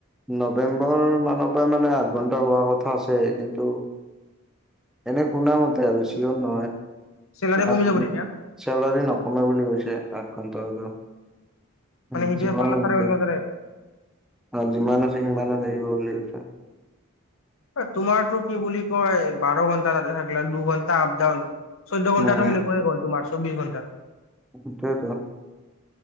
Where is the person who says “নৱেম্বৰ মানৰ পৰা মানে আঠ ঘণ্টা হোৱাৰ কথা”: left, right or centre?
Centre